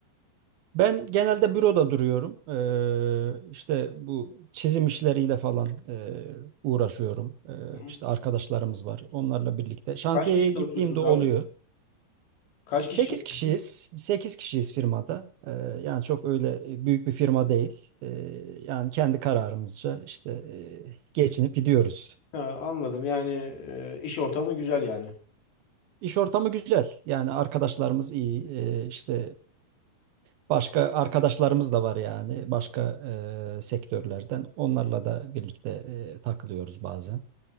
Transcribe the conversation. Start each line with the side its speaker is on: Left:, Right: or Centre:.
Right: Ben genelde büroda duruyorum. Ee, işte bu çizim işleriyle falan e, uğraşıyorum. Ee,
Left: Hı hı.
Right: işte arkadaşlarımız var. Onlarla birlikte. Şantiyeye
Left: Kaç kişi
Right: gittiğimde
Left: çalışıyorsunuz
Right: oluyor.
Left: abi? Kaç
Right: 8
Left: kişi çalışıyorsunuz?
Right: kişiyiz. sekiz kişiyiz firmada. Ee, yani çok öyle e, büyük bir firma değil. Ee, yani kendi kararımızca işte e, geçinip gidiyoruz.
Left: Ha, anladım. Yani e, iş ortamı güzel yani.
Right: İş ortamı güzel. Yani arkadaşlarımız iyi. Ee, işte e, başka arkadaşlarımız da var yani başka e, sektörlerden. Onlarla da birlikte e, takılıyoruz bazen.